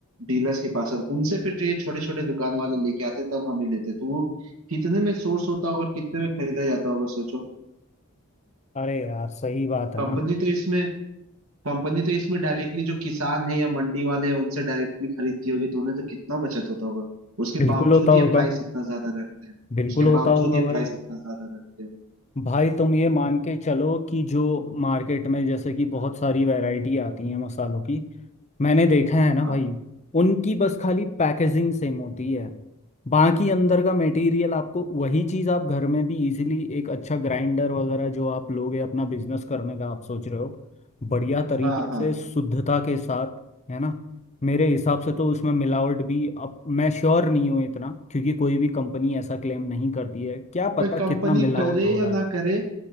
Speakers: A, on the right; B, on the left.
A: डीलर्स के पास आता है उनसे फिर ये छोटे छोटे दुकान वाले लेके आते हैं तब हमें लेते हैं तो वो कितने में सोर्स होता होगा और कितने में खरीदा जाता होगा सोचो
B: अरे यार सही बात है
A: कंपनी
B: ना
A: तो इसमें कंपनी तो इसमें डायरेक्टली जो किसान है या मंडी वाले हैं उनसे डायरेक्टली खरीदती होगी तो उन्हें तो कितना बचत होता होगा उसके
B: बिल्कुल
A: बावजूद
B: होता
A: ये
B: होगा
A: प्राइस इतना ज्यादा रखते हैं
B: बिल्कुल
A: उसके
B: होता
A: बावजूद
B: होगा
A: ये
B: भाई
A: प्राइस इतना ज्यादा रखते हैं
B: भाई तुम ये मान के चलो कि जो मार्केट में जैसे कि बहुत सारी वैरायटी आती है मसालों की मैंने देखा है ना
A: हाँ
B: भाई उनकी बस खाली पैकेजिंग सेम होती है बाकी अंदर का मटेरियल आपको वही चीज़ आप घर में भी इजीली एक अच्छा ग्राइंडर वगैरह जो आप लोगे अपना बिजनेस करने का आप सोच रहे हो बढ़िया तरीके
A: हाँ हाँ
B: से शुद्धता के साथ है ना मेरे हिसाब से तो उसमें मिलावट भी अब मैं श्योर नहीं हूँ इतना क्योंकि कोई भी कंपनी ऐसा क्लेम नहीं करती है क्या पता
A: कोई कंपनी
B: कितना मिलावट
A: करे
B: हो
A: या
B: रहा है
A: ना करे